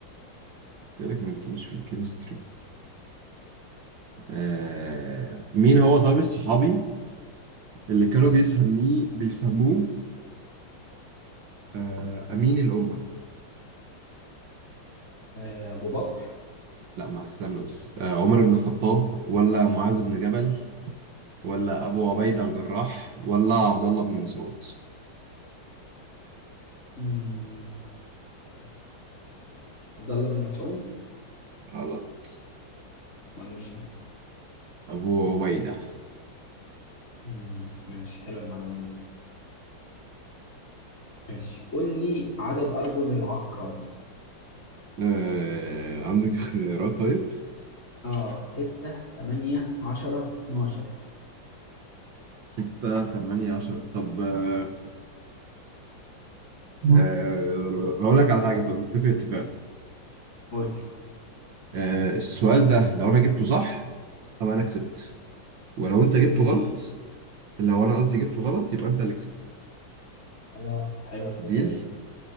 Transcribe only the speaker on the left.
آه، ابو بكر
مم، أمير الأمة. عبد الله بن مسعود
امال مين
مم، ماشي حلوه المعلومه دي ماشي قول لي عدد ارجل العقرب
اه ستة تمانية عشرة اتناشر
قول لي
ماشي
خلاص حلوه الفكره
دي